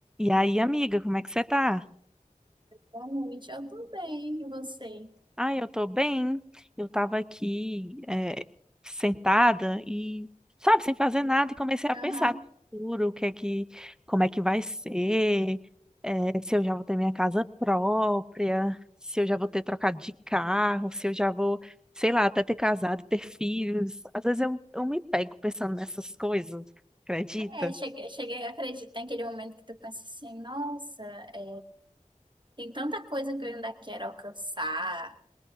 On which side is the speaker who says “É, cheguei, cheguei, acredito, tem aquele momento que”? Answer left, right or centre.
Right